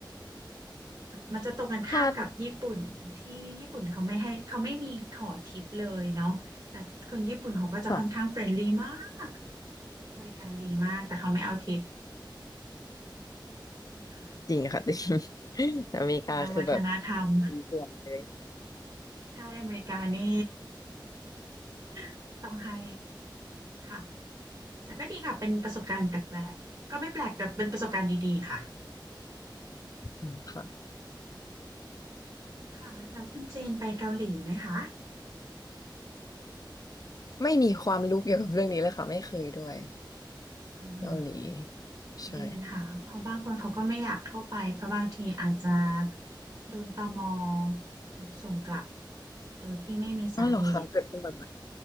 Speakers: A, on the right; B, on the left.
A: มันจะตรงกันข้ามกับญี่ปุ่นที่ญี่ปุ่นเขาไม่ให้เขาไม่มีขอทิปเลยเนาะแต่คนญี่ปุ่นเขาก็จะค่อนข้างเฟรนลี่มาก
B: ครับค่ะ
A: บริการดีมากแต่เขาไม่เอาทิปนะคะ
B: จริงค่ะ <laughs> จริง
A: เป็นคนละวัฒนธรรม
B: อเมริกาคือแบบมีอวดเลย
A: ใช่อเมริกานี่ <laughs> ต้องให้ค่ะแต่ก็ดีค่ะเป็นประสบการณ์แปลกๆก็ไม่แปลกแต่เป็นประสบการณ์ดีๆค่ะ
B: อืมค่ะ
A: ค่ะแล้วคุณเจนไปเกาหลีไหมคะ
B: ไม่มีความรู้เกี่ยวกับเรื่องนี้เลยค่ะไม่เคยด้วย
A: อ่
B: เกาหลี
A: า
B: ใช่
A: ดีค่ะเพราะบางคนเขาก็ไม่อยากเข้าไปเพราะบางทีอาจจะโดนตมถูกส่งกลับโดยที่ไม่มีสาเหตุ
B: อ๋อเหรอคะเกิดขึ้นบ่อย